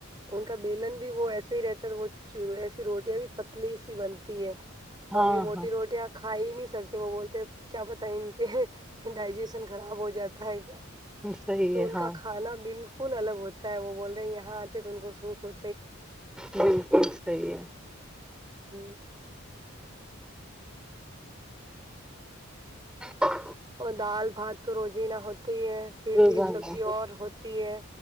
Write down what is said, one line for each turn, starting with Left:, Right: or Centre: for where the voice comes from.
Right: ان کا بیلن بھی وہ ایسا سی رہتا وچ رو روٹیاں بھی پتلی سی بنتی ہے
Centre: ہاں
Right: اور یہ موٹی
Centre: ہاں
Right: روٹیاں کھا ہی نہیں سکتے وہ بولتے کیا پت ہے ان کے ڈائجیشن خراب ہو جاتا ہے کیا
Centre: صحیح
Right: تو
Centre: ہے
Right: ان
Centre: ہاں
Right: کا کھانا بالکل پل الگ ہوتا ہے وہ بول رہے ہیں یہاں آتے تو ان کو سوٹ ہو
Centre: بالکل صی ہے
Right: <inaudible>
Centre: <inaudible>
Right: اور دال بھات تو روز ہی نہ ہوتی ہو ہے پھر
Centre: روزانہ
Right: ایک سبزی اور ہوتی ہے